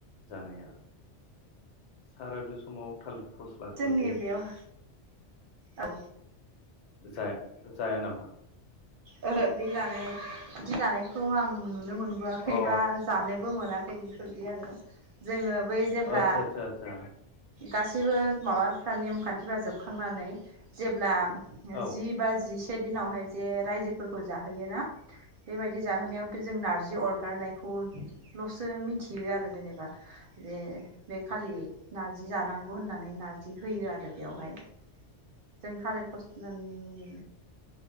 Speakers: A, on the left; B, on the right.
A: जानाया सारादु समाव थालिर। फस्लाखौ
B: जोंनि
A: जे
B: बेयाव औ।
A: जाया जाया नामा।
B: ओहो बे जानाय बिदि जानायखौ आं नुनो मोनबोआखै
A: अ
B: बा जानोबो मोनाखै बेफोर बायदि आरो जोङो बै जेब्ला
A: आदसा आदसा आदसा
B: गासैबो माबाफ्रा नेमखान्थिफ्रा जोबखांनानै जेब्ला जि
A: औ
B: बा जिसे दिनावहाय जे रायजो जाहोयोना बेबायदि जाहोनायावबो जों नारजि अरगारनायखौलसो मिथियो आरो जेनेबा जे बे खालि नारजि जानांगौ होननानै नारजि होयो आरो बेयावहाय जों थारिर फस- लानि